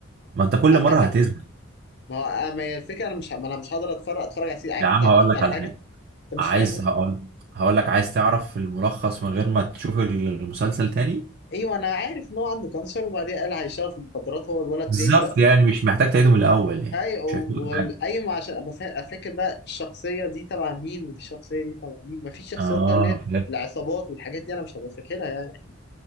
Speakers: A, on the right (about 50°); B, on the left (about 55°).
A: ما انت كل
B: انا
A: مره
B: فاكر
A: هتزهق
B: ما هو أنا- ما هي الفكره انا مش ه- ما انا مش هقدر اتفرج اتفرج على سي- عارف
A: يا عم
B: انت هتفوت
A: هقول لك
B: على
A: على
B: حاجه
A: حاجه
B: انت
A: عايز
B: مش فاهم اصلا
A: هقول هقول لك عايز تعرف الملخص من غير ما تشوف المسلسل تاني
B: ايوه انا عارف ان هو عنده كانسر وبعدين قال هيشتغل في المخدرات هو الولد
A: بالظبط
B: التاني ده
A: يعني مش محتاج تعيده من الاول يعني
B: اي
A: مش هيفوتك
B: والايوه
A: حاجه
B: عشان ابقى فا- فاكر بقى الشخصيه دي تبع مين ودي الشخصيه دي تبع مين مفيش شخصيات
A: اه
B: بقى اللي هي العصابات والحاجات دي انا مش هبقى فاكرها يعني اكيد